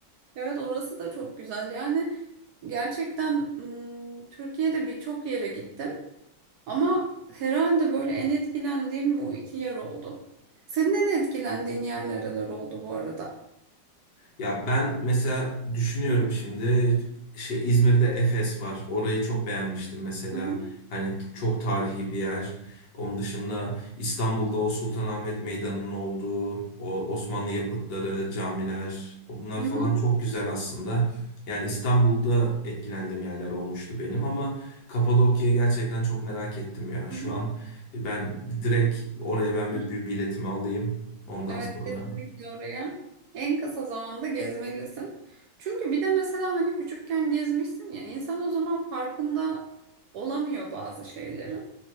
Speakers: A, on the right; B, on the left.
A: Evet, orası da çok güzel. Yani gerçekten m, Türkiye'de birçok yere gittim. Ama herhalde böyle en etkilendiğim bu iki yer oldu. Senin en etkilendiğin yer nereler oldu bu arada?
B: Ya ben mesela düşünüyorum şimdi şey İzmir'de Efes var. Orayı çok beğenmiştim mesela.
A: Hı hı.
B: Hani t- çok tarihi bir yer. Onun dışında İstanbul'da o Sultanahmet Meydanı'nın olduğu, o Osmanlı yapıtları, camiler, bunlar
A: Hı
B: falan
A: hı.
B: çok güzel aslında. Yani İstanbul'da etkilendiğim yerler olmuştu benim ama Kapadokya'yı gerçekten çok merak ettim ya.
A: Hı
B: Şu an ben direkt oraya ben bir,
A: hı.
B: bir biletimi alayım ondan
A: Evet
B: sonra.
A: kesinlikle oraya en kısa zamanda gezmelisin. Çünkü bir de mesela hani küçükken gezmişsin ya insan o zaman farkında olamıyor bazı şeylerin.